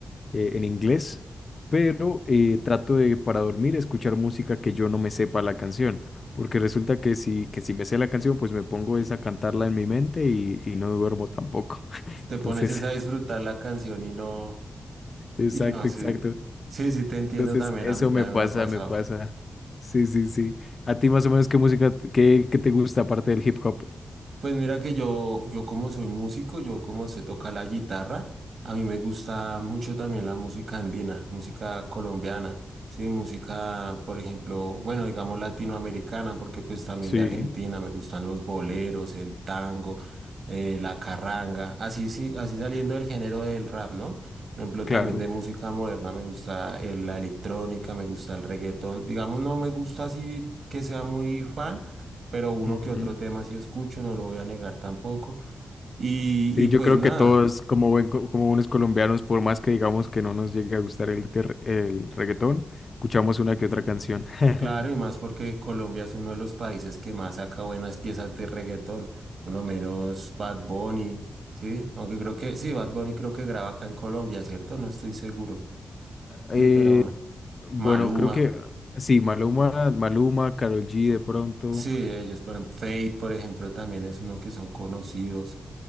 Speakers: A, on the left; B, on the right.
A: eh, en inglés, pero eh, trato de para dormir escuchar música que yo no me sepa la canción, porque resulta que si, que si me sé la canción, pues me pongo es a cantarla en mi mente y, y no duermo tampoco. <laughs>
B: Te
A: Entonces,
B: pones es a disfrutar la canción y no.
A: exacto,
B: Y no,
A: exacto.
B: sí. Sí, sí, te
A: Entonces,
B: entiendo también.
A: eso
B: A mí también
A: me pasa,
B: me ha pasado.
A: me pasa. Sí, sí, sí. ¿A ti más o menos qué música, t- qué, qué te gusta aparte del hip hop?
B: Pues mira que yo, yo como soy músico, yo como sé tocar la guitarra, a mí me gusta mucho también la música andina, música colombiana, sí, música, por ejemplo, bueno, digamos latinoamericana, porque pues también
A: Sí,
B: de Argentina me gustan los boleros, el tango, eh, la carranga, así sí, así saliendo del género del rap, ¿no? Por ejemplo,
A: claro.
B: también de música moderna me gusta eh, la electrónica, me gusta el reggaetón, digamos no me gusta así que sea muy fan pero uno
A: Ujú.
B: que otro tema sí escucho, no lo voy a negar tampoco. Y,
A: Sí,
B: y
A: yo
B: pues
A: creo
B: nada,
A: que todos, como, buen, co- como buenos colombianos, por más que digamos que no nos llegue a gustar el, que- el reggaetón, escuchamos una que otra canción. <laughs>
B: claro, y más porque Colombia es uno de los países que más saca buenas piezas de reggaetón, por lo menos Bad Bunny, ¿sí? Aunque creo que, sí, Bad Bunny creo que graba acá en Colombia, ¿cierto? No estoy seguro, sí,
A: Eh,
B: pero
A: bueno,
B: Maluma,
A: creo que sí, Maluma, Maluma, Karol G de pronto.
B: sí, ellos, pero Fate, por ejemplo, también es uno que son conocidos.